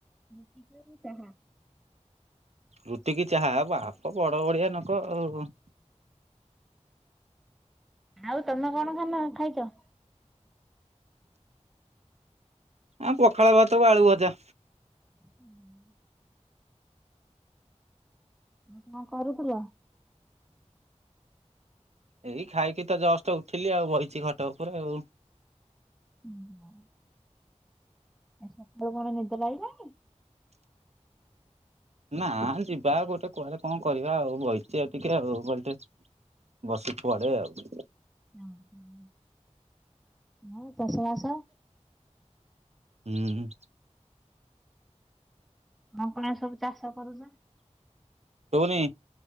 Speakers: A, in the centre; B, on the right.
A: ରୁଟି କରି ଚାହା
B: ରୁଟିିକି ଚାହା ଆଉ ଆପଣ ବଡ଼ ବଡିଆ ଲୋକ ଆଉ
A: ଆଉ ତମେ କଣ କନ ଖାଇଚ?
B: ଆମେ ପଖାଳ ଭାତକୁ ଆଳୁ ଭଜା।
A: <unintelligible> ଆଉ କଣ କରୁଥିଲ?
B: ଏଇ ଖାଇକିତ ଜଷ୍ଟ ଉଠିଲି ଆଉ ବଇଚି ଖଟ ଉପରେ ଆଉ
A: <unintelligible> ଆଜି ସକାଳୁ କଣ ନିଦ ଲାଗିଲାଣି?
B: ନାଁ ଯିବା ଗୋଟେ କୁଆଡେ କଣ କରିବା ଆଉ ବଇଚି ଆଉ ଟିକେ ଆଉ ଘଣ୍ଟେ ବସି ପଡେ ଆଉ
A: <unintelligible> ଆଉ ଚାଷ ବାଷ
B: ହୁଁ।
A: କଣ କଣିଆ ସବୁ ଚାଷ କରୁଚ?
B: ଶୁବୁନି